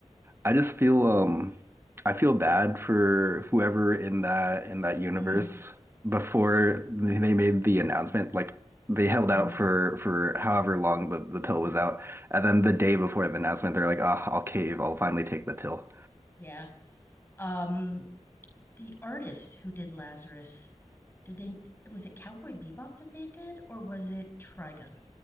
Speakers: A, on the right; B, on the left.
A: I just feel um I feel bad for whoever in that in that universe
B: Mm-hmm.
A: before they they made the announcement. Like they held out
B: Mm-hmm.
A: for for however long the, the pill was out. And then the day before the announcement, they're like, "Ah, I'll cave, I'll finally take the pill.
B: Yeah. Um, the artist who did Lazarus, did they? Was it Cowboy Bebop that they did, or was it Trigun?